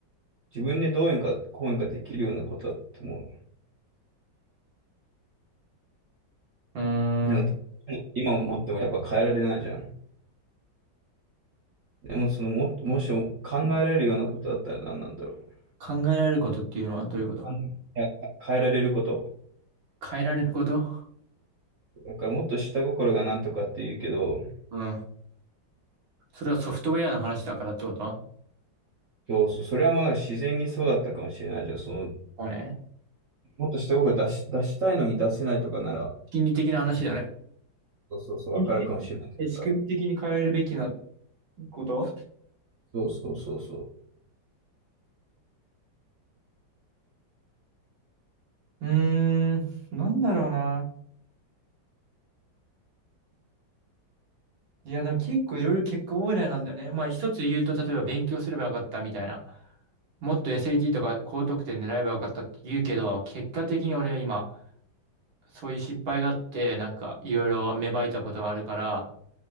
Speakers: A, on the right; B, on the right.
A: 自分でどうにかこうにかできるようなことだっても
B: うーん。
A: う、なんか今思ってもやっぱ変えられないじゃん。でもそのも、もし考えられるようなことだったら何なんだろう。
B: 考えられることっていうのはどういうこと
A: あんいや変えられること。
B: 変えられること
A: だからもっと下心がなんとかって言うけど、
B: うん。それはソフトウェアの話だからってこと
A: そうそう、それはもうなんか自然にそうだったかもしれないじゃん。その、
B: もうね、
A: もっと下心出し、出したいのに出せないとかなら、
B: 心理的な話だね。
A: そうそうそう、
B: 仕組み的に仕組み的に変えるべきな
A: わかるかもしれないけどさ。
B: こと
A: そうそうそうそう。
B: うーん、なんだろうな。いや、でも結構いろいろ結果オーライなんだよね。まあ一つ言うと、例えば勉強すればよかったみたいな。もっと SAT とか高得点狙えばよかったって言うけど、結果的に俺は今、そういう失敗があって、なんかいろいろ芽生えたことがあるから、